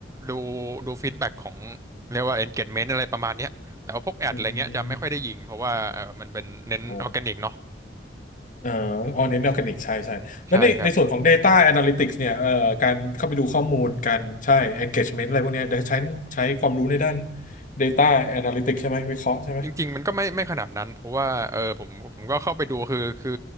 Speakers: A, on the right; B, on the left.
A: ดูดูฟีดแบ็กของเรียกว่า engagement อะไรประมาณเนี้ยแต่ว่าพวกแอดอะไรเงี้ยจะไม่ค่อยได้ยิงเพราะว่าเออมันเป็นเน้นออร์แกนิกเนาะ
B: อืมโอ้เอ่อออเน้นออร์แกนิกใช่ใช่แล้วในในส่วนของ
A: ใช่ครับ
B: Data Analytics เนี่ยเอ่อการเข้าไปดูข้อมูลการใช่ engagement อะไรพวกเนี้ยเดี๋ยวใช้ใช้ความรู้ในด้าน Data Analytics ใช่ไหมวิเคราะห์ใช่ไหม
A: จริงๆมันก็ไม่ไม่ขนาดนั้นเพราะว่าเออผมผมก็เข้าไปดูคือคือ